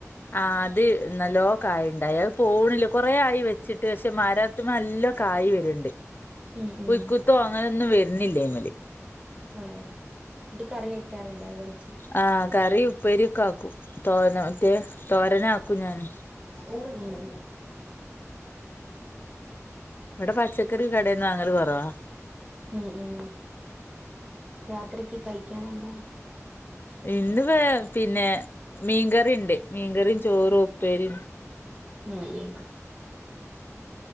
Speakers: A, on the left (about 40°); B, on the right (about 20°).
A: ആഹ് അത് നല്ലോം കായിണ്ടായി അത് പോണില്ല കൊറെ ആയി വെച്ചിട്ട് പക്ഷെ മാരത്ത്മേ നല്ലോം കായി വര്ണ്ട്
B: ഉം ഉം
A: പുഴുക്കു ത്തോ അങ്ങനെന്നും വരുന്നില്ല ഐമല്
B: ആഹ് ഇത് കറി വെക്കാറുണ്ടാ അത് വൽച്ച്
A: ആഹ് കറി, ഉപ്പേരി, ഒക്കെ ആക്കും തോനോ റ്റേ തോരനാക്കും ഞാന്
B: ഉം ഉം
A: ഇവടെ പച്ചക്കറി കടെന്ന് വാങ്ങല് കൊറവാ
B: ഉം ഉം രാത്രിക്ക് കഴിക്കാന് എന്താ?
A: ഇന്ന് വേ പിന്നെ മീൻകറിണ്ട് മീൻകറിം, ചോറും, ഉപ്പേരിം
B: ഉം ഉം